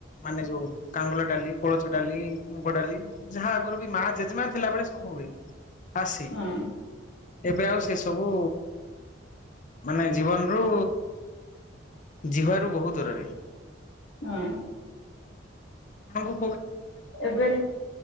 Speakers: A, on the left (about 40°); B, on the left (about 70°).
A: ମାନେ ଯୋଉ କାଙ୍ଗ ଡାଲି କୋଳଛ ଡାଲି ମୁଗ ଡାଲି ଯାହା ଆଗରୁ ବି ମା ଜେଜେମା ଥିଲାବେଳେ ସବୁ ହୁଏ। ଆସେ
B: ହଁ!
A: ଏବେ ଆଉ ସେସବୁ ମାନେ ଜୀବନରୁୁ ଯିବାର ବହୁତ ଦୁରରେ
B: ହଁ!
A: ତାଙ୍କୁ
B: ଏବେ